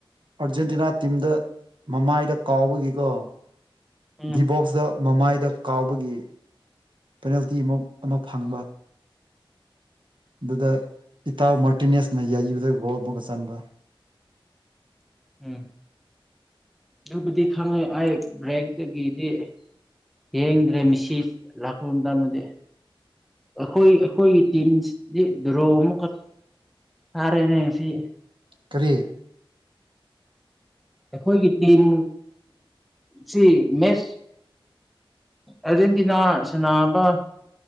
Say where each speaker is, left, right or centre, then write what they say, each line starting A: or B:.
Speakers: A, on the right; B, in the centre.
A: ꯑꯥꯔꯖꯦꯟꯇꯤꯅꯥ ꯇꯤꯝꯗ ꯃꯃꯥꯏꯗ ꯀꯥꯎꯕꯒꯤꯀꯣ
B: ꯎꯝ
A: ꯗꯤꯕꯣꯛꯁꯗ ꯃꯃꯥꯏꯗ ꯀꯥꯎꯕꯒꯤ ꯄꯦꯅꯥꯜꯇꯤ ꯃꯨꯛ ꯑꯃ ꯐꯪꯕ ꯑꯗꯨꯗ ꯏꯇꯥꯎ ꯃꯥꯔꯇꯤꯅꯦꯁꯅ ꯌꯩꯕꯗ ꯒꯣꯜ ꯕꯨꯒ ꯆꯟꯕ
B: ꯎꯝ ꯗꯨꯕꯨꯗꯤ ꯈꯪꯉꯦ ꯑꯩ ꯕ꯭ꯔꯦꯛꯇꯒꯤꯗꯤ ꯌꯦꯡꯗ꯭ꯔꯦ ꯃꯤꯁꯤ ꯂꯥꯛꯄ ꯃꯇꯝꯗꯗꯤ ꯑꯈꯣꯏ ꯑꯈꯣꯏꯒꯤ ꯇꯤꯝꯁꯤꯗꯤ ꯗ꯭ꯔꯣ ꯑꯃꯨꯛꯀ ꯊꯥꯔꯦꯅꯦ ꯉꯁꯤ
A: ꯀꯔꯤ
B: ꯑꯩꯈꯣꯏꯒꯤ ꯇꯤꯝ ꯁꯤ ꯃꯦꯁ ꯑꯔꯖꯦꯟꯇꯤꯅ ꯁꯟꯅꯕ